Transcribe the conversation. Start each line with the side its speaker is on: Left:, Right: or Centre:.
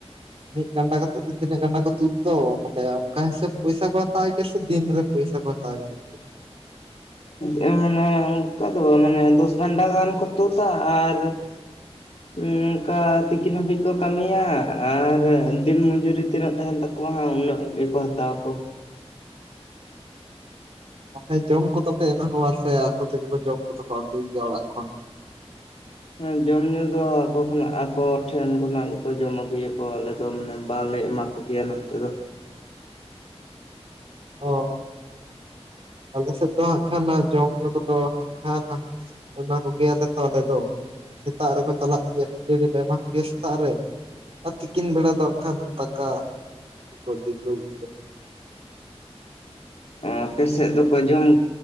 Right: ᱢᱤᱫ ᱜᱟᱱᱰᱟ ᱠᱟᱛᱮᱜ ᱥᱮ ᱛᱤᱱᱟᱹᱜ ᱜᱟᱱᱰᱟ ᱠᱚ ᱛᱩᱫ ᱫᱚ ᱛᱟᱦᱞᱮ ᱚᱱᱠᱟ ᱦᱤᱥᱟᱹᱵ ᱯᱚᱭᱥᱟ ᱠᱚ ᱦᱟᱛᱟᱣ ᱜᱮᱭᱟ ᱥᱮ ᱫᱤᱱ ᱨᱮ? ᱯᱚᱭᱥᱟ ᱠᱚ ᱦᱟᱛᱟᱣ ᱜᱮᱭᱟ ᱩᱱᱠᱩ ᱫᱚ?
Left: ᱦᱮᱸ ᱢᱟᱱᱮ ᱚᱱᱠᱟ ᱫᱚ ᱵᱟᱝ ᱢᱟᱱᱮ ᱫᱚᱥ ᱜᱚᱱᱰᱟ ᱜᱟᱱ ᱠᱚ ᱛᱳᱛᱟ ᱟᱨ <inaudible> ᱱᱚᱝᱠᱟ ᱛᱤᱠᱤᱱ ᱦᱟᱹᱵᱤᱡ ᱠᱚ ᱠᱟᱹᱢᱤᱭᱟ ᱟᱨ ᱫᱤᱱ ᱢᱚᱡᱩᱨᱤ ᱛᱤᱱᱟᱹᱜ ᱛᱟᱦᱮᱱ ᱛᱟᱠᱚᱣᱟ ᱦᱟᱸᱜ ᱩᱱᱟᱹᱜ ᱜᱮᱠᱚ ᱦᱟᱛᱟᱣᱟᱠᱚ᱾
Right: ᱟᱯᱮ ᱡᱚᱢ ᱠᱚᱫᱚ ᱯᱮ ᱮᱢᱟ ᱠᱚᱣᱟ ᱥᱮ ᱟᱠᱚ ᱛᱮᱜᱮ ᱠᱚ ᱡᱚᱢ ᱠᱚᱫᱚ ᱠᱚ ᱟᱹᱜᱩᱭ ᱜᱮᱭᱟ ᱚᱲᱟᱜ ᱠᱷᱚᱱ?
Left: ᱦᱮᱸ ᱡᱚᱢ ᱧᱩ ᱫᱚ ᱟᱠᱚ ᱠᱷᱚᱱᱟᱜ ᱟᱠᱚ ᱴᱷᱮᱱ ᱠᱷᱚᱱᱟᱜ ᱜᱮᱠᱚ ᱡᱚᱢ ᱟᱹᱜᱩᱭᱟᱠᱚ ᱟᱞᱮ ᱫᱚ ᱢᱟᱱᱮ ᱵᱟᱞᱮ ᱮᱢᱟ ᱠᱚ᱾ ᱜᱮᱭᱟ ᱱᱚᱱᱛᱮ ᱫᱚ᱾
Right: ᱚ᱾ ᱟᱞᱮ ᱥᱮᱫ ᱫᱚ ᱦᱟᱸᱜ ᱠᱷᱟᱱ ᱡᱚᱢ ᱧᱩ ᱠᱚᱫᱚ ᱦᱟᱸᱜ ᱠᱷᱟᱱ ᱮᱢᱟ ᱠᱚ ᱜᱮᱭᱟᱞᱮ ᱛᱚ ᱟᱞᱮ ᱫᱚ ᱾ ᱥᱮᱛᱟᱜ ᱨᱮᱠᱚ ᱪᱟᱞᱟᱜ ᱜᱮᱭᱟ ᱠᱷᱟᱹᱡᱟᱹᱲᱤ ᱞᱮ ᱮᱢᱟ ᱠᱚᱜᱮᱭᱟ ᱥᱮᱛᱟᱜ ᱨᱮ ᱾ ᱟᱨ ᱛᱤᱠᱤᱱ ᱵᱮᱲᱟ ᱫᱟᱜ ᱠᱷᱟᱱ ᱫᱟᱠᱟ ᱠᱚ ᱤᱫᱤ ᱠᱚᱜᱮ ᱜᱮᱭᱟ ᱾
Left: ᱟᱯᱮ ᱥᱮᱫ ᱫᱚᱠᱚ ᱡᱚᱢ